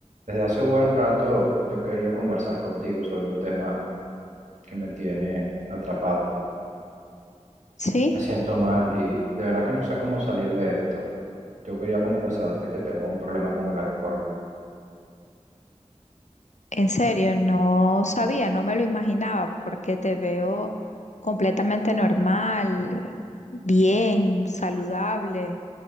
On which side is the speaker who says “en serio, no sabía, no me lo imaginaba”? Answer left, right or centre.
Left